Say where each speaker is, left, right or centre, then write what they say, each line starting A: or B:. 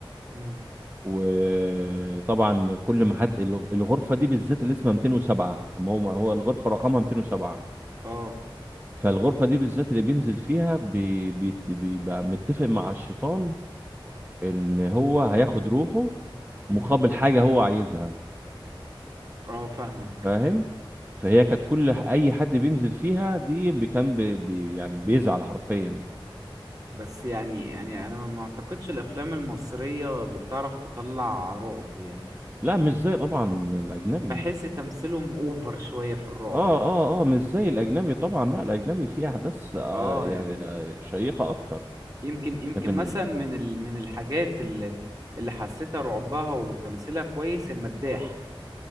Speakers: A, on the right (about 40°); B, on the right (about 20°).
A: مم.
B: وطبعا كل ما حد الغ- الغرفه دي بالذات اللي اسمها 207 ما هو ما هو الغرفه رقمها 207
A: اه
B: فالغرفه دي بالذات اللي بينزل فيها بي- بي- بيبقى متفق مع الشيطان ان هو هياخد روحه
A: مم.
B: مقابل حاجه هو عايزها
A: اه فاهمك
B: فاهم فهي كانت كل ح- اي حد بينزل فيها دي بي- كان بي بي- يعني بيزعل حرفيا
A: بس يعني يعني انا ما اعتقدش الافلام المصرية بتعرف تطلع رعب يعني
B: لا مش زي طبعا الاجنبي
A: بحس تمثيلهم اوفر شوية في الرعب
B: اه اه اه مش زي الاجنبي طبعا لا الاجنبي فيه احداث آه
A: اه
B: يعني
A: يعني
B: آه شيقه اكتر
A: يمكن يمكن
B: لكن
A: مثلا من ال... من الحاجات اللي اللي حسيتها رعبها وتمثيلها كويس المداح